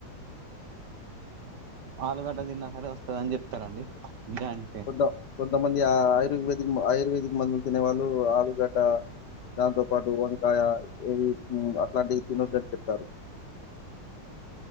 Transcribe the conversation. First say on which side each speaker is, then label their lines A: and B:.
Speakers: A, on the right; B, on the left.
A: ఆలుగడ్డ తిన్నా సరే వస్తదని చెప్తారు అండి దాన్
B: కొంత కొంతమంది ఆ ఆయుర్వేదిక్ ఆయుర్వేదిక్ మందులు తినే వాళ్ళు ఆలుగడ్డ దాంతో పాటు వంకాయ ఇవి అట్లాంటివి తినొద్దని చెప్తారు